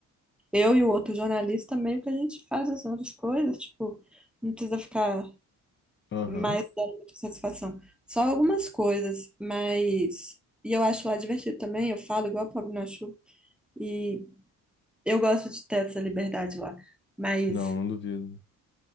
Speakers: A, in the centre; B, on the left (about 35°).
A: eu e o outro jornalista, meio que a gente faz as outras coisas, tipo, não precisa ficar
B: Aham.
A: mais dando muita satisfação. Só algumas coisas, mas. E eu acho lá divertido também, eu falo igual o Pablo Nachu, e eu gosto de ter essa liberdade lá, mas
B: Não, não duvido.